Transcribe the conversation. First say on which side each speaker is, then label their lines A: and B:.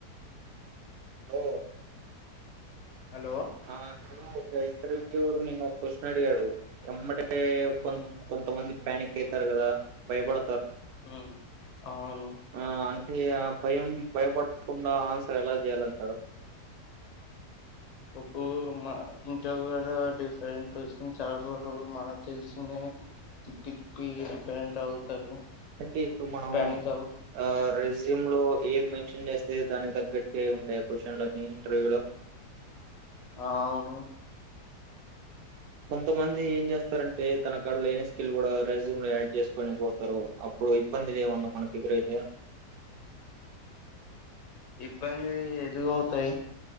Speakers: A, on the right (about 70°); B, on the left (about 55°).
A: హలో
B: హలో
A: ఆ ఇప్పుడు ఒక ఇంటర్వ్యూవోర్ నిన్న ఒక క్యూషన్ అడిగాడు ఎమ్మడ ఎ కొంత
B: హ్మ్.
A: కొంతమంది ప్యానిక్ అయితారు కదా భయపడ
B: హమ్ అవును
A: ఆ! అంటే ఆ భయం భయపడకుండా ఆన్సర్ ఎలా చేయాలంటారు
B: ఇప్పు మా ఇంటర్వ్యూయర్ డిఫరెంట్ క్యూస్షన్ అడగాడు మనక తెలిసిందే తీపి తీపి డిఫెరెంట్ అవుతారు
A: అంటే ఇప్పుడు మనం
B: ప్యానిక్ అవ
A: ఆ రెజ్యూమ్ లో ఏజ్ మెన్షన్ చేస్త అంటే దానికి తగ్గట్టి అయి ఉంటాయి క్వశ్చన్ లో ఇంటర్వ్యూ లో
B: ఆ అవును
A: కొంతమంది ఏం చేస్తారంటే తన కడలో లేని స్కిల్ కూడా రెజూమ్ లో యాడ్ చేసుకుని పోతారు అప్పుడు ఇప్పుడు ఇబ్బందిద ఉన్న మనకు ఎదురైతే
B: ఇబ్బంది ఎదుగవుతాయి